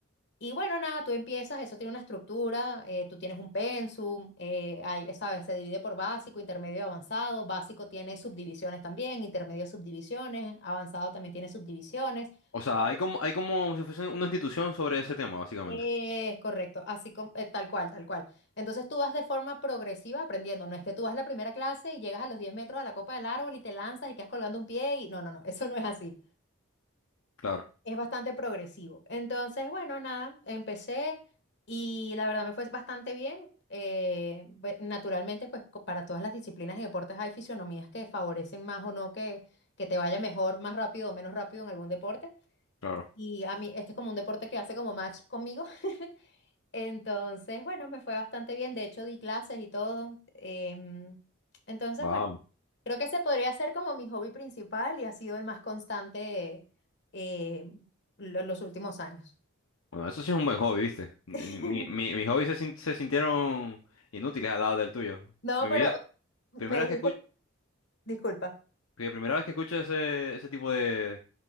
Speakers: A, on the left (about 55°); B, on the left (about 75°).
A: Y bueno, nada, tú empiezas, eso tiene una estructura, eh, tú tienes un pensum, eh, hay, ¿sabes? Se divide por básico, intermedio, avanzado. Básico tiene subdivisiones también, intermedio subdivisiones, avanzado también tiene subdivisiones.
B: O sea,
A: O sea,
B: hay
A: que-
B: como, hay como si fuese una institución sobre ese tema, básicamente.
A: Es correcto, así como, eh, tal cual, tal cual. Entonces tú vas de forma progresiva aprendiendo, no es que tú vas a la primera clase y llegas a los 10 metros a la copa del árbol y te lanzas y quedas colgando un pie y no, no, no, <laughs> eso no es así.
B: Claro,
A: Es bastante progresivo. Entonces, bueno, nada, empecé y la verdad me fue bastante bien. Eh, ve- naturalmente, pues co- para todas las disciplinas y deportes hay fisionomías que favorecen más o no que, que te vaya mejor, más rápido o menos rápido en algún deporte.
B: claro.
A: Y a mí, este es como un deporte que hace como match conmigo. <laughs> Entonces, bueno, me fue bastante bien. De hecho, di clases y todo. Em, entonces,
B: Wow.
A: bueno. Creo que ese podría ser como mi hobby principal y ha sido el más constante eh, lo- los últimos años.
B: Bueno, eso sí es un buen hobby, ¿viste? Mi,
A: <laughs>
B: mi- mis hobbies se, sin- se sintieron inútiles al lado del tuyo.
A: No,
B: Mi
A: pero
B: vida,
A: me
B: primera
A: dijiste,
B: vez que escucho...
A: disculpa,
B: Porque primera vez que escucho ese, ese tipo de,